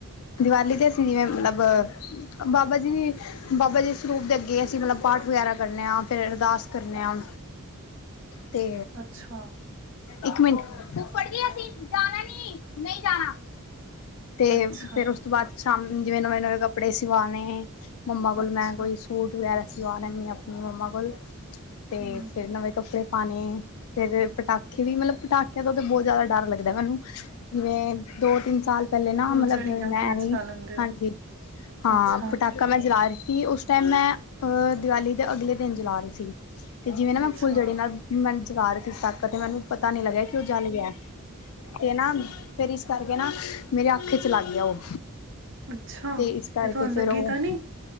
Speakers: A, on the left; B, on the right.
A: ਦੀਵਾਲੀ ਤੇ ਅਸੀਂ ਜਿਵੇਂ ਮਤਲਬ ਬਾਬਾ ਜੀ ਦੀ ਬਾਬਾ ਜੀ ਸਰੂਪ ਦੇ ਅੱਗੇ ਅਸੀਂ ਮਤਲਬ ਪਾਠ ਵਗੈਰਾ ਕਰਨੇ ਹਾਂ। ਫਿਰ ਅਰਦਾਸ ਕਰਨੇ ਹਾਂ। ਤੇ।
B: ਅੱਛਾ।
A: ਇੱਕ ਮਿੰਟ ਫੁੱਫੜ ਜੀ ਅਸੀਂ ਜਾਣਾ ਨੀ। ਨਹੀਂ ਜਾਣਾ। ਤੇ
B: ਅੱਛਾ
A: ਫੇਰ ਉਸ ਤੋਂ ਬਾਅਦ ਸ਼ਾਮ ਜਿਵੇਂ ਨਵੇਂ- ਨਵੇਂ ਕੱਪੜੇ ਸਿਵਾਣੇ। ਮੰਮਾ ਕੋਲ
B: ਅੱਛਾ
A: ਮੈਂ ਕੋਈ ਸੂਟ ਵਗੈਰਾ ਸਵਾਣਾ ਲੈਨੀਂ ਆ। ਆਪਣੀ ਮੰਮਾ ਕੋਲ। ਤੇ
B: ਹਮ
A: ਫੇਰ ਨਵੇਂ ਕੱਪੜੇ ਪਾਣੇ ਫੇਰ ਪਟਾਕੇੇ ਵੀ, ਮਤਲਬ ਪਟਾਕਿਆਂ ਤੋਂ ਤਾਂ ਬਹੁਤ ਜ਼ਿਆਦਾ ਡਰ ਲੱਗਦਾ ਮੈਨੂੰ। ਜਿਵੇਂ ਦੋ ਤਿੰਨ ਸਾਲ ਪਹਿਲੇ ਨਾ
B: ਫੁੱਲਝੜੀਆਂ
A: ਮਤਲਬ,
B: ਵਗੈਰਾ
A: ਮੈਂ ਵੀ
B: ਚਲਾ ਲੈਂਦੇ ਹੋ
A: ਹਾਂਜੀ ਹਾਂ।
B: ਅੱਛਾ
A: ਪਟਾਕੇ ਮੈਂ ਜਲਾ ਰਹੀ ਸੀ। ਉਸ ਟਾਈਮ ਮੈਂ ਅਹ ਦਿਵਾਲੀ ਦੇ ਅਗਲੇ ਦਿਨ ਜਲਾ ਰਹੀ ਸੀ। ਤੇ ਜਿਵੇਂ ਨਾ ਮੈਂ
B: ਅੱਛਾ
A: ਫੁੱਲ ਜੜੀ ਨਾਲ ਮੈਂ ਜਲਾ ਰਹੀ ਸੀ। ਸਾਟਕ ਵਾਲੀ ਤੇ, ਮੈਨੂੰ ਪਤਾ ਨੀ ਲੱਗਿਆ ਕਿ ਉਹ ਜਲ ਗਿਆ ਐ। ਤੇ ਨਾ ਫੇਰ ਇਸ ਕਰਕੇ ਨਾ ਮੇਰੇ ਅੱਖ ਚ ਲੱਗ ਗਿਆ ਉਹ।
B: ਅੱਛਾ,
A: ਤੇ ਇਸ ਕਰਕੇ
B: ਤੁਹਾਨੂੰ
A: ਫੇਰ
B: ਲੱਗੀ
A: ਉਹ
B: ਤਾਂ ਨੀ?